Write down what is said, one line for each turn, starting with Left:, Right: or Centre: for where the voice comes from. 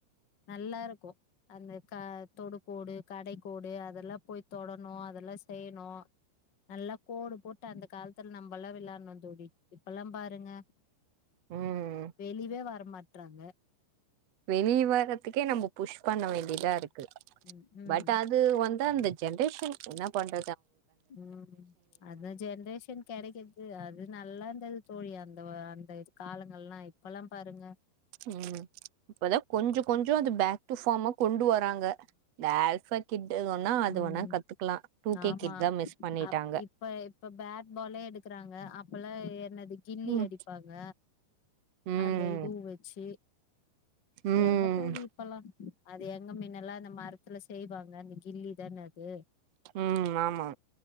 Left: நல்லா இருக்கு அந்த த தொடு கோடு கடைக்கோடு அத ல்லா போய் தொடணு அதெல்லா செ செய்ணு நல்லா கோடு போட்டு அந்த காலத்துல நம்பல்லா விளாட்ணோ தோழி இப்பல்லாம் பாருங்க
Right: ம்
Left: வெளிவே வரமா ட்றாங்க
Right: வெளிய வரத்துக்கே நம்ப புஷ் பண்ண வேண்டியதா இருக் கு
Left: ம் ம்
Right: பட் அது வந் து அந்த ஜென்ரேஷன் என்ன பண்ற
Left: உம் அந்த ஜென்ரேஷன் கெடைக்கெற்து அது நல்லா இருந்தது தோழி அந்த வ அந்த கால ங்கல்லா இப்பல்லாம் பாருங்க
Right: உம் இப்பதா கொஞ்சொ கொஞ்சொ அது பேக் டு ஃபாமா கொண்டு வராங்க இந்த ஆல்ஃபா கிட் வேணா அது
Left: உம்
Right: வேணா கத்துக்கலா டூ கே
Left: ஆமா
Right: கிட் தா மிஸ் பண்ணிட்டாங்க
Left: அப் இப்ப இப்ப பேட்பாலே எடுக்குறாங்க அப்பல்லா என்னது கில்லி
Right: ம்
Left: அடிப்பாங்க
Right: ம்
Left: அந்த இது உ வச்சி
Right: ம்
Left: எங்க தோழி இப்பல்லா அது எங் ங்க மீனல்லா அந்த மரத்துல செய்வாங்க கில்லி தான அது
Right: உம் ஆமா